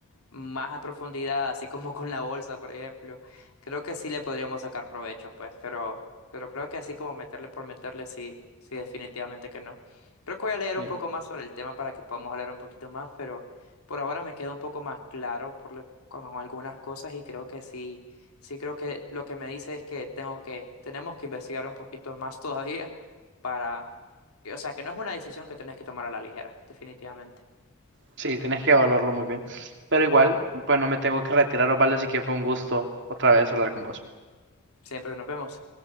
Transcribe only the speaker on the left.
más a profundidad, así como <laughs> con la bolsa, por ejemplo, creo que sí le podríamos sacar provecho, pues, pero, pero creo que así como meterle por meterle, sí, sí, definitivamente que no. Creo que voy a leer
un poco más sobre el tema para que podamos hablar un poquito más, pero. Por ahora me queda un poco más claro por lo- con algunas cosas y creo que sí, sí creo que lo que me dice es que tengo que, tenemos que investigar un poquito más <laughs> todavía para, o sea, que no es una decisión que tenés que tomar a la ligera, definitivamente.
Siempre nos vemos.